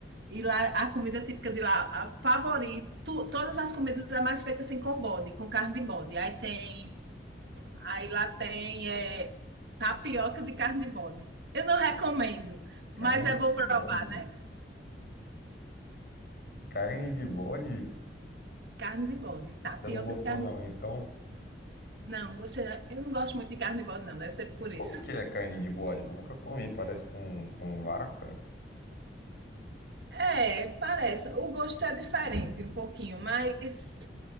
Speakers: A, on the right; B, on the left.
A: E lá, a comida típica de lá, a favorita, tu- todas as comidas é mais feita assim com bode, com carne de bode. Aí tem, aí lá tem é, tapioca de carne de bode. Eu não recomendo, mas
B: Carne
A: é
B: de
A: bom provar,
B: bode.
A: né?
B: Carne de bode?
A: Carne de bode, tapioca
B: Você não gostou,
A: de carne
B: não,
A: de bode.
B: então?
A: Não, gostei, não. eu não gosto muito de carne de bode, não, deve ser por
B: Como
A: isso.
B: que é carne de bode? Eu nunca comi, parece com, com vaca.
A: É, parece. O gosto é diferente um pouquinho, mas,